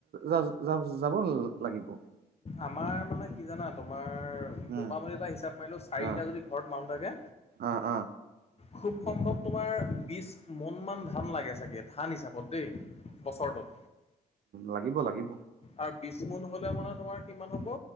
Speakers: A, on the right; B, on the left.
A: যা যা যাব লাগিব।
B: আমাৰ মানে কি জানা তোমাৰ
A: উম
B: মোটামুটি এটা হিচাপ মাৰিলোঁ চাৰিটা
A: অ
B: যদি ঘৰত মানুহ থাকে
A: অ অ
B: খুব সম্ভৱ তোমাৰ বিছ মন মান ধান লাগে চাগে। ধান হিচাপত দেই, বছৰটোত।
A: লাগিব লাগিব।
B: আৰু বিছ মোন হলে মানে তোমাৰ কিমান হব